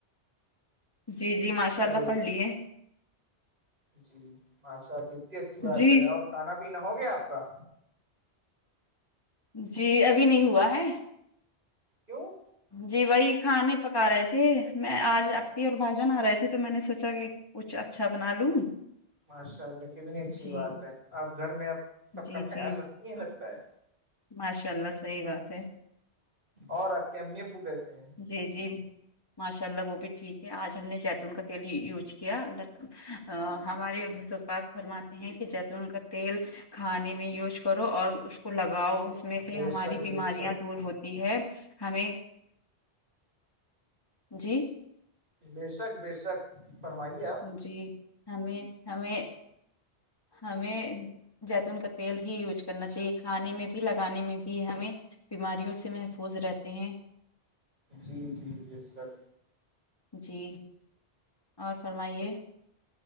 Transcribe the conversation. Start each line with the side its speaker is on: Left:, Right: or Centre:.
Left: جی جی ماشاء
Right: ہیلو
Left: اللہ پڑھ لیے
Right: جی ماشاءاللہ کتنی اچھی بات
Left: جی
Right: ہے اور کھانا پینا ہو گیا آپ کا
Left: جی ابھی نہیں ہوا ہے
Right: کیوں
Left: جی وہی کھانے پکا رہے تھے میں آج اور بھائی جان آ رہے تھے تو میں نے سوچا کہ کچھ اچھا بنا لوں
Right: ماشاء اللہ کتنی اچھی
Left: جی
Right: بات ہے آپ گھر میں اب سب
Left: جی
Right: کا خیال
Left: جی
Right: رکھتی ہیں رگتا ہے
Left: ماشاء اللہ صحیح بات ہے
Right: اور آپ کے امی ابو کیسے ہیں
Left: جی جی ماشاء اللہ وہ بھی ٹھیک ہے آج ہم نے جیتون کا تیل ہی یوجز کیا اللہ ت ہمارے فرماتے ہیں کہ جیتون کا تیل کھانے میں یوز کرو اور اس کو لگاؤ اور اس میں سے
Right: بے
Left: ہماری
Right: شک بے
Left: بیماریاں
Right: شک
Left: دور ہوتی ہے ہمیں جی
Right: بے شک بے شک فرمائی
Left: جی ہمیں ہمیں ہمیں جیتون کا تیل ہی یوز کرنا چاہیے کھانے میں بھی لگانے میں بھی ہمیں بیماریوں سے محفوظ رہتے ہیں
Right: جی جی یہ سب
Left: جی اور فرمائیے